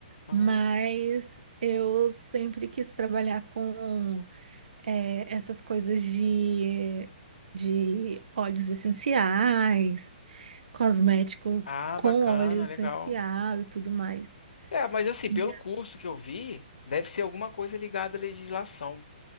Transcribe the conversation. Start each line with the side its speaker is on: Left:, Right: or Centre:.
Left: Ah,
Right: mas eu sempre quis trabalhar com eh, essas coisas de, de óleos essenciais, cosmético
Left: ah,
Right: com
Left: bacana,
Right: óleo essencial
Left: legal.
Right: e tudo mais.
Left: É, mas assim,
Right: E
Left: pelo
Right: a-
Left: curso que eu vi, deve ser alguma coisa ligada à legislação.